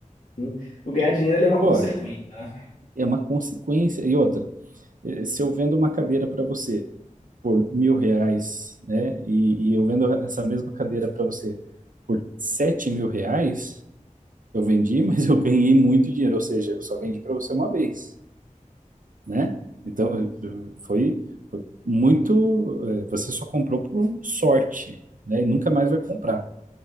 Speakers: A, on the left; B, on the right.
A: Hum. O ganhar dinheiro ele é uma consequência,
B: Pô,
A: né?
B: é uma consequência. E outra, eh, se eu vendo uma cadeira para você por mil reais, né? E, e eu vendo essa mesma cadeira para você por sete mil reais, eu vendi, <laughs> mas eu ganhei muito dinheiro. Ou seja, eu só vendi para você uma vez. né? Então, eh, foi, foi muito. eh, Você só comprou por sorte, né? E nunca mais vai comprar.